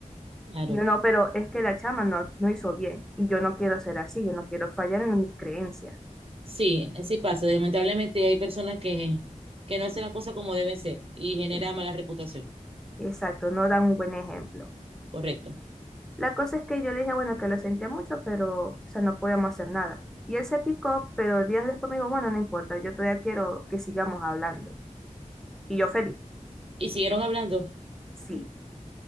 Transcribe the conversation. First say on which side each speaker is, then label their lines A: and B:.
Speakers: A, on the right; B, in the centre.
A: claro.
B: Y yo no, pero es que la chama no, no hizo bien y yo no quiero ser así, yo no quiero fallar en mis creencias.
A: Sí, así pasa. Lamentablemente hay personas que, que no hacen las cosas como deben ser y genera
B: Es-
A: mala reputación.
B: exacto, no dan un buen ejemplo.
A: Correcto.
B: La cosa es que yo le dije, bueno, que lo sentía mucho, pero, o sea, no podíamos hacer nada. Y él se picó, pero días después me dijo, bueno, no importa, yo todavía quiero que sigamos hablando. Y yo feliz,
A: Y siguieron hablando.
B: sí.